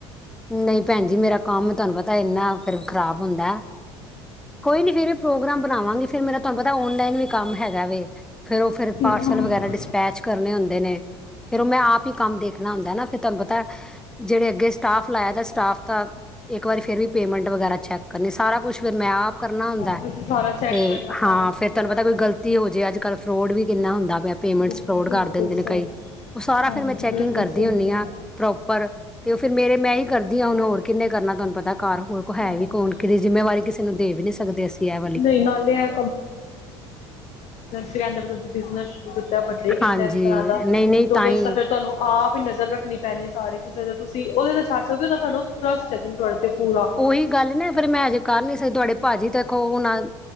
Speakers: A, in the centre; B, on the left.
A: ਨਹੀਂ ਭੈਣ ਜੀ ਮੇਰਾ ਕੰਮ ਤੁਹਾਨੂੰ ਪਤਾ ਇੰਨਾ ਫਿਰ ਖ਼ਰਾਬ ਹੁੰਦਾ ਕੋਈ ਨੀ ਫੇਰ ਇਹ ਪ੍ਰੋਗਰਾਮ ਬਣਾਵਾਂਗੇ ਫਿਰ ਮੇਰਾ ਤੁਹਾਨੂੰ ਪਤਾ ਔਨਲਾਈਨ ਵੀ ਕੰਮ ਹੈਗਾ ਵੇ ਫਿਰਰ ਉ ਫਿਰ ਪਾਰਸਲ
B: ਹਾਂ
A: ਵਗੈਰਾ ਡਿਸ ਕੰਮ ਕਰਨੇ ਹੁੰਦੇ ਨੇ ਫੇਰ ਔ ਮੈਂ ਆਪ ਹੀ ਕੰਮ ਦੇਖਣਾ ਹੁੰਦੈ ਨਾ ਫੇਰ ਤਾਨੂੰ ਪਤੈ ਜੇੜੇ ਅੱਗੇ ਸਟਾਫ ਲਾਯਾ ਦੈ ਸਟਾਫ ਤਾ ਇੱਕ ਵਾਰੀ ਫੇਰ ਵੀ ਪੇਮੈਂਟ ਵਗੈਰਾ ਚੈੱਕ ਕਰਨੀ ਸਾਰਾ ਕੁਛ ਫੇਰ ਮੈਂ ਆਪ ਕਰਨਾ ਹੁੰਦੈ,
B: ਵੈਸੇ ਸਾਰਾ ਚੈੱਕ
A: ਤੇ
B: ਕਰਨਾ ਅਕਾਊਂਟਸ
A: ਹਾਂ ਫੇਰ
B: ਵਗੈਰਾ
A: ਤਾਨੂੰ ਪਤੈ
B: ਦਾ
A: ਕੋਈ
B: ਹਾਂ
A: ਗ਼ਲਤੀ ਹੋ ਜੇ ਅੱਜ ਕੱਲ ਫਰੋਡ ਵੀ ਕਿੰਨਾ ਹੁੰਦਾ ਪਿਆ ਪੇਮੈਂਟਸ
B: ਬਿਲ- ਬਿਲਕੁਲ
A: ਕਾਰ ਦਿੰਦੇ ਨੇ
B: ਸਹੀ
A: ਕਈ, ਔ ਸਾਰਾ
B: ਹਾਂਜੀ
A: ਫੇਰ ਮੈਂ ਚੈਕਿੰਗ
B: ਬਿਲਕੁਲ
A: ਕਰਦੀ
B: ਸਹੀ
A: ਹੁੰਦੀ
B: ਕਿਹਾ।
A: ਆਂ ਪ੍ਰੋਪਰ ਤੇ ਔ ਫੇਰ ਮੇਰੇ ਮੈਂ ਹੀ ਕਰਦੀ ਹਾਂ ਹੁਣ ਹੋਰ ਕਿੰਨੇ ਕਰ ਨਾ ਤੁਹਾਨੂੰ ਪਤਾ। ਘਰ ਹੋਰ ਕੋਈ ਹੈ
B: ਹਾਂ
A: ਵੀ ਕੌਣ? ਕਿਸੇਦੀ ਜਿੰਮੇਵਾਰੀ ਕਿਸੇ ਨੂੰ ਦੇ ਵੀ ਨੀ ਸਕਦੇ ਅਸੀਂ ਐ ਵਾਲੀ।
B: ਨਹੀਂ ਨਾਲੇ ਇਹ ਕੈਂਦੇ ਪੇ ਤੁਸੀਂ ਬਿਜ਼ਨਸ ਸ਼ੁਰੂ ਕੀਤਾ ਵੱਡੇ ਈ ਕੀਤੈ
A: ਹਾਂਜੀ,
B: ਇੱਕ ਤਰ੍ਹਾਂ ਦਾ,
A: ਨਹੀਂ-ਨਹੀਂ
B: ਤੇ ਔਦੇ
A: ਹੀ
B: ਚ ਤਾਂ ਫੇਰ ਤੁਹਾਨੂੰ ਆਪ ਈ ਨਜ਼ਰ ਰੱਖਣੀ ਪੈਣੀ ਏ ਸਾਰੀ ਕਿਸੇ ਦੇ ਤੁਸੀਂ ਉਹਦੇ ਤੇ ਛੱਡ ਸਕਦੇ ਉਹ ਜਿਹੜਾ ਤੁਹਾਡੇ ਤੇ ਟਰੱਸਟ ਐ ਜਿਨ ਤੁਵਾਡੇ ਤੇ ਪੂਰਾ।
A: ਔਹੀ ਗੱਲ ਨਾ ਫੇਰ ਮੈਂ ਅਜੇ ਕਰ ਨੀ ਸੀ ਸਕ ਤੁਹਾਡੇ ਭਾਜੀ ਵੇਖੋ ਓਨਾਂ